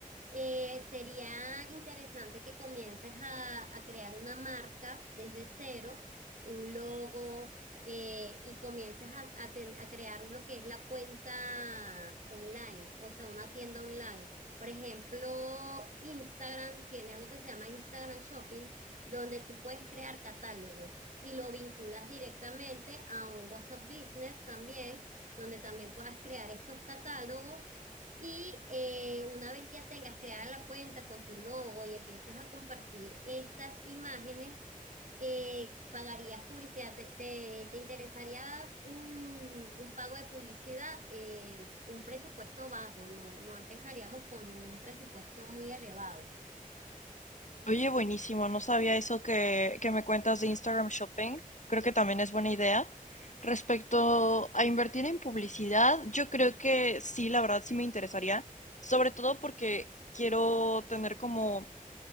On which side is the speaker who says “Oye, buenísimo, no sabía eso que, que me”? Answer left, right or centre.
Left